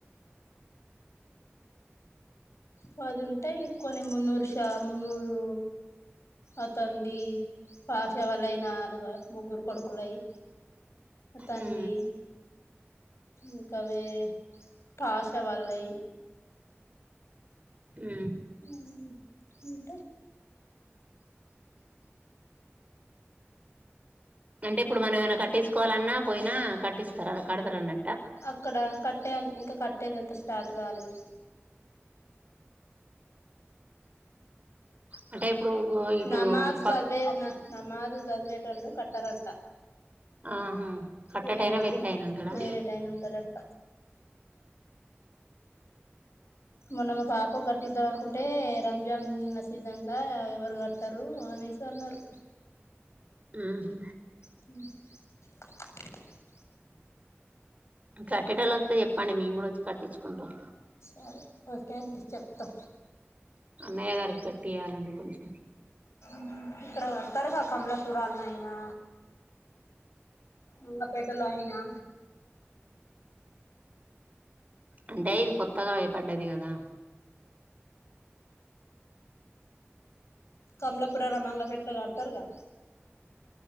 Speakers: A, on the left (about 85°); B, on the right (about 35°).
A: పదుంటాయి కొనే మున్నూరు షా మున్నూరు అతంది పాసవాళ అయి నాలుగు ముగ్గురు కొడుకులయి అతంది
B: ఉ
A: ఇంక వేరె కష వల్లయి
B: ఉ
A: ఉ ఇంకా
B: అంటే ఇప్పుడు మనమ ఏమనా కట్టించుకోవాలన్నా పోయినా కట్టిస్తారా కడతారున్న
A: అక్కడ కట్టే ఇంకా కట్టేది అంత స్టార్ట్ కాలేదు
B: అంటే ఇప్పుడు ఇటు
A: నమాజు
B: ప
A: చదివే నమాజు చదివేటోళ్ళు కట్టారంట
B: ఆహా కట్టటైనా
A: వేరే వాళ్ళు
B: వేరేటైనా ఉంటాడా
A: వేరే టైంనే ఉంటారంట మొన్న మా పాపక్ కట్టిద్దాం అనుకుంటే రం జమ్న్న సీజన్ల ఎవరు కట్టరు అనేసి అన్నారు
B: ఉ హు
A: ఉ
B: కట్టేట్టొళ్ళు వొస్తే ఎప్పండి మేం గూడా వొచ్చి కట్టిచ్చుకుంటాం
A: సరే ఓకే అండి చెప్తా
B: అన్నయ్య గారికి గట్టియాలండి కొంచెం
A: మ్ ఇక్కడ కద్తరుగా కమలాపురనైనా మంగపేటలో ఐనా
B: అంటే ఇది కొత్తగా ఐపడ్డది గదా
A: కమలాపురన మంగపేట్ల కడ్తతర్గా